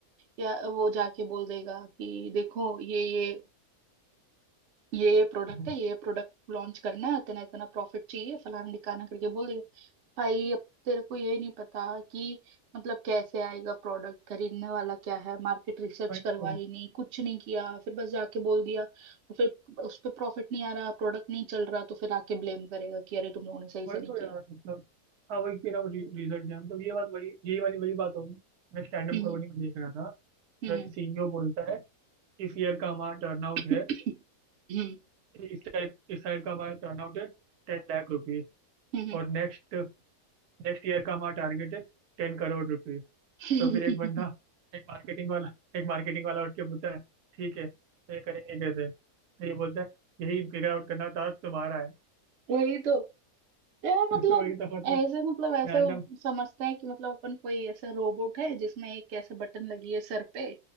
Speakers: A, on the right; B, on the right.
A: या वो जाके बोल देगा कि देखो ये ये ये ये प्रोडक्ट
B: हम्म।
A: है ये प्रोडक्ट लॉन्च करना है इतना इतना प्रॉफिट चाहिए फलाना ढिकाना करके बोल देगा भाई अब तेरे को ये नहीं पता कि मतलब कैसे आएगा प्रोडक्ट खरीदने वाला क्या है मार्केट रिसर्च
B: वही तो
A: करवाई नहीं कुछ नहीं किया फिर बस जाके बोल दिया और फिर उस पर प्रॉफिट नहीं आ रहा प्रोडक्ट नहीं चल रहा तो फिर आके ब्लेम करेगा कि अरे तुम लोगों ने सही से
B: वही
A: नहीं
B: तो
A: किया
B: यार मतलब हाँ वही कि ना वो रि, रिजल्ट है मतलब ये बात वही यही वाली वही बात होगी मैं स्टैंड
A: हम्म
B: अप कॉमेडी में देख रहा था
A: हम्म
B: जब सीईओ बोलता है इस ईयर का हमारा टर्नआउट
A: हम्म
B: है
A: हम्म
B: इस टाइप इस साइड का हमारा टर्नआउट है टेन लाख रुपीज
A: हम्म,
B: और नेक्स्ट नेक्स्ट ईयर का हमारा टारगेट है टेन करोड़ रुपीज
A: हम्म,
B: तो फिर एक बंदा एक मार्केटिंग वाला एक मार्केटिंग वाला उठ के बोलता है ठीक है तो ये करेंगे कैसे तो ये बोलता है यही फिगर आउट करना टास्क तुम्हारा है
A: <laughs> वही तो यार
B: <laughs>
A: मतलब
B: वही तो मतलब
A: ऐसे मतलब ऐसे
B: रैंडम
A: समझते हैं कि मतलब अपन कोई ऐसा रोबोट है जिसमें एक ऐसे बटन लगी है सर पे